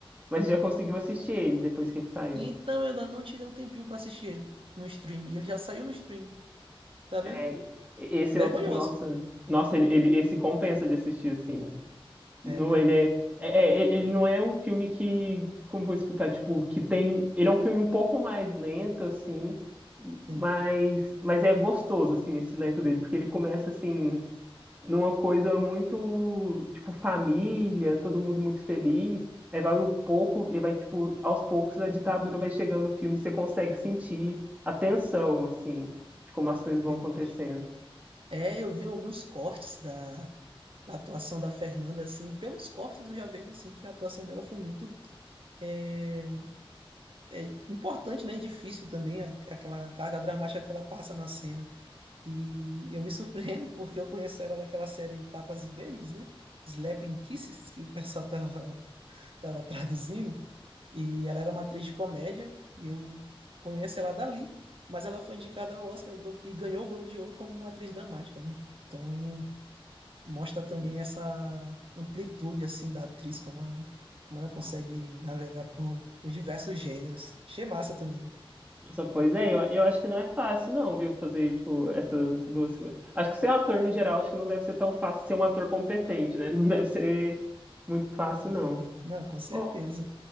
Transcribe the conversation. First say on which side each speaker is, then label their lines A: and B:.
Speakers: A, on the right; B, on the right.
A: mas você já conseguiu assistir ele depois que ele saiu.
B: Então eu ainda não tirei um tempinho pra assistir ele no streaming. Ele já saiu no streaming, tá
A: É,
B: vendo?
A: esse
B: Vergonhoso.
A: é outro que, nossa, nossa, ele, ele, esse compensa de assistir, assim. Não,
B: É, né?
A: ele é, é, é- ele não é um filme que, como vou explicar, tipo, que tem, ele é um filme um pouco mais lento, assim,
B: Sim,
A: mas, mas é gostoso, assim, esse lento dele, porque ele começa, assim, numa coisa muito, tipo, família, todo mundo muito feliz, aí vai um pouco, e vai, tipo, aos poucos a ditadura vai chegando no filme, você consegue sentir a tensão, assim, de como as coisas vão
B: tem.
A: acontecendo.
B: É, eu vi alguns cortes da, da atuação da Fernanda, assim. Pelos cortes eu já vejo, assim, que a atuação dela foi muito é, é importante, né, e difícil também a- aquela carga dramática que ela passa na cena. E eu me surpreendo <laughs> porque eu conheço ela daquela série Tapas e Beijos, né? Slapping Kisses, que o pessoal <laughs> tava, tava traduzindo. E ela era uma atriz de comédia e eu conheço ela dali, mas ela foi indicada ao Oscar e o Globo- e ganhou o Globo de Ouro como uma atriz dramática, né? Então mostra também essa amplitude assim da atriz como a- como ela
A: Nossa,
B: consegue navegar por, por diversos gêneros. Achei massa também.
A: Nossa, Pois é, eu, eu acho que não é fácil, não, viu, fazer, tipo, essas duas coisas. Acho que ser ator, no geral, acho que não deve ser tão fácil ser um ator competente, né? <laughs> Não deve ser muito fácil,
B: Não,
A: não.
B: não, com certeza.
A: Ô,